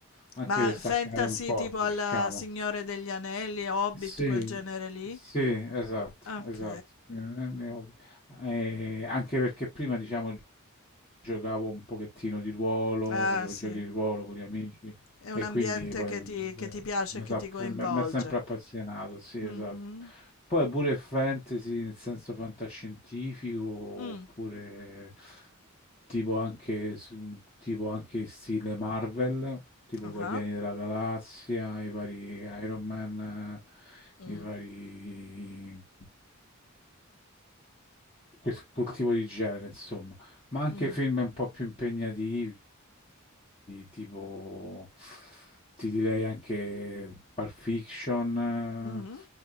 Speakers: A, on the left; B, on the left.
A: anche
B: Ma
A: per staccare
B: fantasy
A: un po',
B: tipo
A: diciamo.
B: alla Signore degli Anelli, Hobbit,
A: Sì,
B: quel genere lì?
A: sì, esatto,
B: Ok.
A: esatto. Eh, ne ho- eh, anche perché prima, diciamo, giocavo un pochettino di ruolo,
B: Ah,
A: facevo
B: sì.
A: giochi di ruolo con gli amici
B: È un
A: e
B: ambiente
A: quindi poi
B: che
A: mm,
B: ti, che
A: eh,
B: ti piace
A: mi
B: e che
A: sa-
B: ti coinvolge.
A: mi- mi è sempre appassionato, sì,
B: Mhm.
A: esatto. Poi pure fantasy nel senso fantascientifico oppure
B: Mm.
A: tipo anche, su- tipo anche stile Marvel, tipo
B: Ah.
A: i Guardiani della Galassia, i vari Iron Man, eh,
B: Mm.
A: i vari... quel quel tipo di genere, insomma ma anche
B: Mm.
A: film un po' più impegnativi, tipo ti direi anche Pulp Fiction,
B: Mhm.
A: eh,